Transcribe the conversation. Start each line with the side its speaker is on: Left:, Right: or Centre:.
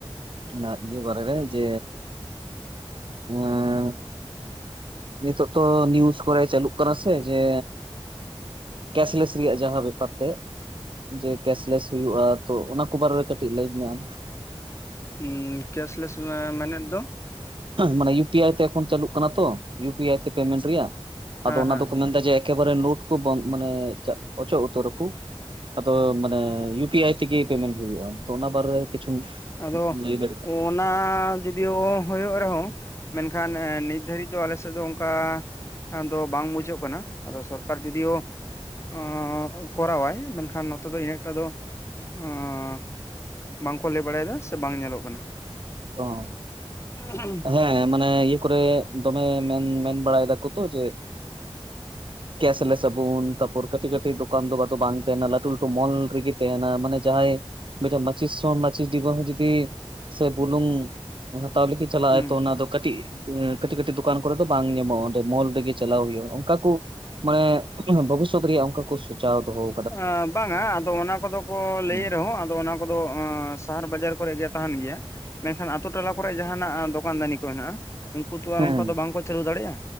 Right: ᱚᱱᱟ ᱤᱭᱟᱹ ᱵᱟᱨᱮ ᱨᱮ ᱡᱮ ᱮᱸᱼᱼ ᱱᱤᱛᱚᱜ ᱛᱚ ᱱᱤᱭᱩᱥ ᱠᱚᱨᱮ ᱪᱟᱹᱞᱩᱜ ᱠᱟᱱᱟ ᱥᱮ ᱡᱮᱼᱼ ᱠᱮᱥᱞᱮᱥ ᱨᱮᱭᱟᱜ ᱡᱟᱦᱟᱸ ᱵᱮᱯᱟᱨ ᱛᱮᱜᱼᱼ ᱡᱮ ᱠᱮᱥᱼᱞᱮᱥ ᱦᱩᱭᱩᱜ-ᱟ ᱛᱚ ᱚᱱᱟ ᱠᱩ ᱵᱟᱨᱮ ᱨᱮ ᱠᱟᱹᱴᱤᱡ ᱞᱟᱹᱭ ᱢᱮ ᱟᱢ?
Left: ᱩᱸᱻ ᱠᱮᱥᱼᱞᱮᱥ ᱢᱟᱱᱮ ᱢᱮᱱᱮᱛ ᱫᱚ?
Right: ᱢᱟᱱᱮ ᱤᱭᱩ ᱯᱤ ᱟᱭ ᱛᱮ ᱮᱠᱷᱚᱱ ᱪᱟᱹᱞᱩᱜ ᱠᱟᱱᱟ ᱛᱚ ᱤᱭᱩ ᱯᱤ ᱟᱭ ᱛᱮ ᱯᱮᱢᱮᱱᱴ ᱨᱮᱭᱟᱜ᱾
Left: ᱦᱮᱸ
Right: ᱟᱫᱚ ᱚᱱᱟ
Left: ᱦᱮᱸ
Right: ᱫᱚᱠᱚ
Left: ᱦᱮᱸ
Right: ᱢᱮᱱ ᱮᱫᱟ ᱡᱮ ᱮᱠᱮᱵᱟᱨᱮ ᱱᱳᱴ ᱠᱚ ᱵᱚᱱᱫᱽ ᱢᱟᱱᱮ ᱚᱪᱚᱜ ᱩᱛᱟᱹᱨᱟ ᱟᱠᱩ᱾ ᱟᱫᱚ ᱢᱟᱱᱮ ᱤᱭᱩ ᱯᱤ ᱟᱭ ᱛᱮᱜᱮ ᱯᱮᱢᱮᱱᱴ ᱦᱩᱭᱩᱜ-ᱟ᱾ ᱛᱚ ᱚᱱᱟ ᱵᱟᱨᱮ ᱨᱮ ᱠᱤᱪᱷᱩᱢ
Left: ᱟᱫᱚ
Right: ᱞᱟᱹᱭ‌ ᱫᱟᱹᱲᱤᱟᱜ ᱠᱷᱟᱡ᱾
Left: ᱚᱱᱟ ᱡᱩᱫᱤᱭᱳ ᱦᱚᱭᱚᱜ ᱨᱮᱦᱚᱸ ᱢᱮᱱᱠᱷᱟᱱ ᱱᱤᱛ ᱫᱷᱟᱹᱨᱤᱡ ᱫᱚ ᱟᱞᱮ ᱥᱮᱜ ᱫᱚ ᱚᱱᱠᱟᱼᱼ ᱦᱮᱸ ᱟᱫᱚ ᱵᱟᱝ ᱵᱩᱡᱷᱟᱹᱜ ᱠᱟᱱᱟ ᱟᱫᱚ ᱥᱚᱨᱠᱟᱨ ᱡᱩᱫᱤᱭᱳ ᱚᱸ ᱻᱠᱚᱨᱟᱣᱟᱭ ᱢᱮᱱᱠᱷᱟᱱ ᱱᱚᱛᱮ ᱫᱚ ᱤᱱᱟᱹᱜᱴᱟ ᱫᱚ ᱚᱸ ᱻ ᱵᱟᱝ ᱠᱚ ᱞᱟᱹᱭ ᱵᱟᱲᱟᱭ ᱮᱫᱟ ᱥᱮ ᱵᱟᱝ ᱧᱮᱞᱚᱜ ᱠᱟᱱᱟ᱾
Right: ᱚᱸᱻ᱾
Left: ᱦᱩᱸ ᱦᱩᱸ᱾
Right: ᱦᱮᱸ ᱢᱟᱱᱮ ᱤᱭᱟᱹ ᱠᱚᱨᱮ ᱫᱚᱢᱮ ᱢᱮᱱ ᱢᱮᱱ ᱵᱟᱲᱟᱭ ᱮᱫᱟ ᱠᱚ ᱛᱚ ᱡᱮᱼᱼ
Left: <unintelligible>
Right: ᱠᱮᱥᱼᱞᱮᱥ ᱟᱹᱵᱩᱱ ᱛᱟᱯᱚᱨ ᱠᱟᱹᱴᱤᱡ ᱠᱟᱹᱴᱤᱡ ᱫᱚᱠᱟᱱ ᱫᱚ ᱟᱫᱚ ᱵᱟᱝ ᱛᱮᱦᱮᱱᱟ ᱞᱟᱹᱴᱩ ᱞᱟᱹᱴᱩ ᱢᱚᱞ ᱨᱮᱜᱮ ᱛᱮᱦᱮᱱᱟ ᱢᱟᱱᱮ ᱡᱟᱦᱟᱸᱭᱼᱼ ᱢᱤᱜᱴᱟᱜ ᱢᱟᱹᱪᱤᱥ ᱦᱚᱸ ᱢᱟᱹᱪᱤᱥ ᱰᱤᱵᱟᱹ ᱦᱚᱸ ᱡᱩᱫᱤ ᱥᱮ ᱵᱩᱞᱩᱝ ᱦᱟᱛᱟᱣ ᱞᱟᱹᱜᱤᱫ ᱼᱼ ᱪᱟᱞᱟᱜ-ᱟᱭ
Left: ᱦᱩᱸ
Right: ᱛᱚ ᱚᱱᱟ ᱫᱚ ᱠᱟᱹᱴᱤᱡᱼᱼ ᱚᱸᱻᱮᱸ ᱠᱟᱹᱴᱤᱡ ᱠᱟᱹᱴᱤᱡ ᱫᱚᱠᱟᱱ ᱠᱚᱨᱮ ᱫᱚ ᱵᱟᱝ ᱧᱟᱢᱚᱜ-ᱟ ᱚᱸᱰᱮ ᱢᱚᱞ ᱨᱮᱜᱮ ᱪᱟᱞᱟᱣ ᱦᱩᱭᱩᱜ-ᱟ ᱚᱱᱠᱟ ᱠᱩᱼᱼ ᱢᱟᱱᱮ ᱵᱷᱟᱹᱵᱤᱥᱚᱛ ᱨᱮᱭᱟᱜ ᱚᱱᱠᱟ ᱠᱚ ᱥᱩᱪᱟᱣ ᱫᱚᱦᱚᱣᱼᱼ
Left: ᱟ ᱵᱟᱝᱟ ᱟᱫᱚ ᱚᱱᱟ ᱠᱚᱫᱚ ᱠᱚ ᱞᱟᱹᱭ
Right: ᱦᱩᱸ
Left: ᱨᱮᱦᱚᱸ ᱟᱫᱚ ᱚᱱᱟ ᱠᱚᱫᱚ ᱚᱸᱻ ᱥᱟᱦᱟᱨ ᱵᱟᱡᱟᱨ ᱠᱚᱨᱮ ᱜᱮ ᱛᱟᱦᱮᱱ ᱜᱮᱭᱟ᱾ ᱢᱮᱱᱠᱷᱟᱱ ᱟᱛᱚ ᱴᱚᱞᱟ ᱠᱚᱨᱮ ᱡᱟᱦᱟᱸ ᱱᱟᱜ ᱫᱚᱠᱟᱱ ᱫᱟᱹᱱᱤ ᱠᱚ ᱦᱮᱱᱟᱜ-ᱟ ᱩᱱᱠᱩ ᱛᱚ ᱟᱨ
Right: ᱦᱮᱸ
Left: ᱚᱱᱠᱟ ᱫᱚ ᱵᱟᱝ ᱠᱚ ᱪᱟᱹᱞᱩ ᱫᱟᱲᱮᱜ-ᱟ᱾